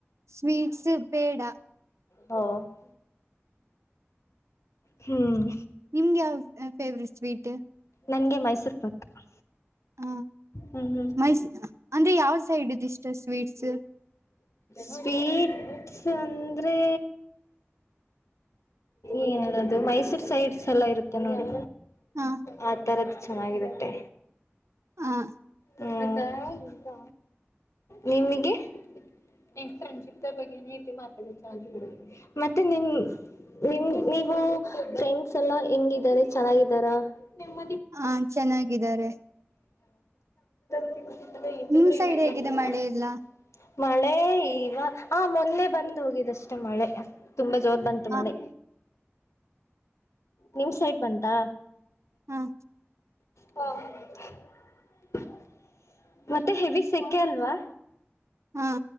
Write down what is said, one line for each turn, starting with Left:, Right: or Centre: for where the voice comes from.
Right: ಸ್ವೀಟ್ಸ್ ಪೇಡಾ
Left: ಹಾ <inaudible> ಹ್ಮ್,
Right: ನಿಮ್ಗೆ ಯಾವ ಫೇವ್ರೆಟ್ ಸ್ವೀಟ್
Left: ನನ್ಗೆ ಮೈಸೂರ್ ಪಾಕ್ ಹ್ಮ
Right: ಹ
Left: ಹ್ಮ <inaudible>
Right: ಮೈಸ್ ಅಂದ್ರೆ ಯಾವ ಸೈಡ್ ಇದಿಷ್ಟ ಸ್ವೀಟ್ಸ್
Left: ಸ್ವೀಟ್ಸ್ ಅಂದ್ರೆ ಏನ <unintelligible> ಅದು ಮೈಸೂರ್ ಸೈಡ್ಸ್ ಎಲ್ಲ ಇರುತ್ತೆ ನೋಡಿ
Right: ಹ
Left: ಆ ತರದ್ದು ಚೆನ್ನಾಗಿರುತ್ತೆ.
Right: ಹ <inaudible>
Left: ಹ್ಮ, ನಿಮಿಗೆ ನಂ ಫ್ರೆಂಡ್ಶಿಪ್ ಬಗ್ಗೆ ರೀತಿ ಮಾತಾಡ ಚಡೆ ಮತ್ತೆ ನಿಮ <unintelligible> ನಿಮಗೆನೀವು ಫ್ರೆಂಡ್ಸ್ ಎಲ್ಲಾ ಹೆಂಗಿದ್ದಾರೆ ಚೆನ್ನಾಗಿದ್ದಾರಾ ನಿಮ್ಮ
Right: ಹ ಚೆನ್ನಾಗಿದ್ದಾರೆ
Left: <unintelligible> ಅದ ಇದು
Right: ನಿಮ್
Left: <unintelligible>
Right: ಸೈಡ್ ಹೇಗಿದೆ ಮಳೆ ಎಲ್ಲ
Left: ಮಳೆ ಈವ ಆ ಮೊನ್ನೆ ಬಂದ್ ಹೋಗಿದಷ್ಟೇ, ಮಳೆ ತುಂಬಾ ಜೋರ್ ಬಂತು
Right: ಹ
Left: ಮಳೆ. ನಿಮ್ ಸೈಡ್ ಬಂತಾ
Right: ಹ
Left: ಹಾ <unintelligible> ಮತ್ತೆ ಹೆವಿ ಶಕೆ ಅಲ್ವಾ
Right: ಹ